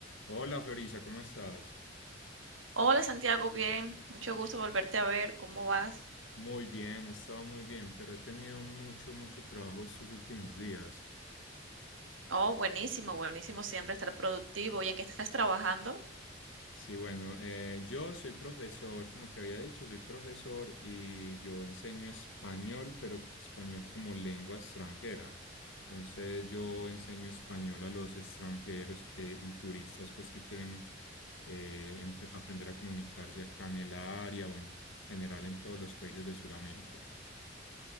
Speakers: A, on the left (about 80°); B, on the right (about 85°).
A: Hola Florisa, ¿cómo estás?
B: Hola Santiago, bien, mucho gusto volverte a ver, ¿cómo vas?
A: Muy bien, he estado muy bien, pero he tenido mucho, mucho trabajo estos últimos días.
B: Oh, buenísimo, buenísimo siempre estar productivo. ¿Y en qué estás trabajando?
A: Sí, bueno, eh, yo soy profesor, como te había dicho, soy profesor y yo enseño español, pero español como lengua extranjera. Entonces yo enseño español a los extranjeros que, y turistas pues que quieren eh, em- aprender a comunicarse acá en el área o en general en todos los países de Sudamérica.